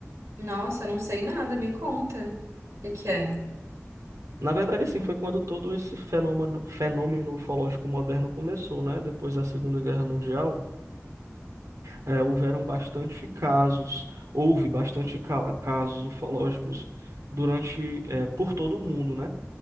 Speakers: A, on the right; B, on the right.
A: Nossa, eu não sei nada, me conta. O que que é?
B: Na verdade, assim, foi quando todo esse fenômeno, fenômeno ufológico moderno começou, né? Depois da Segunda Guerra Mundial, eh, houveram bastante casos, houve bastante ca- casos ufológicos durante, eh, por todo o mundo, né?